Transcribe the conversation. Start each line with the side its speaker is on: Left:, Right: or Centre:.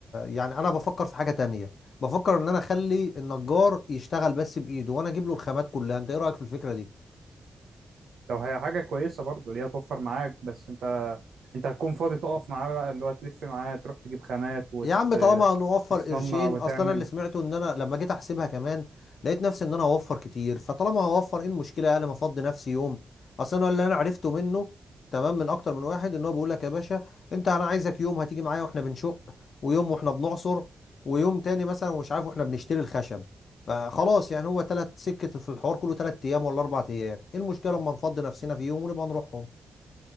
Left: يعني انا بفكر في حاجة تانية بفكر ان انا اخلي النجار يشتغل بس بايده وانا اجيب له الخامات كلها انت ايه رأيك في الفكرة دي
Right: طب هي حاجه كويسه برضه اللي هي توفر معاك بس انت انت هتكون فاضي تقف معاه بقى اللي هو تلف معاه تروح تجيب خامات وت...
Left: يا عم طالما هنوفر
Right: وتصنع
Left: قرشين
Right: وتعمل
Left: اصل انا اللي سمعته ان انا لما جيت احسبها كمان لقيت نفسي ان انا هوفر كتير فطالما هوفر ايه المشكله يعني ما افضي نفسي يوم اصل انا اللي انا عرفته منه تمام من اكتر من واحد ان هو بيقول لك يا باشا انت انا عايزك يوم هتيجي معايا واحنا بنشق ويوم واحنا بنعصر ويوم تاني مثلا مش عارف واحنا بنشتري الخشب فخلاص يعني هو تلات سكة في الحوار كله تلات ايام ولا اربع ايام ايه المشكله لما نفضي نفسنا في يوم ونبقى نروحهم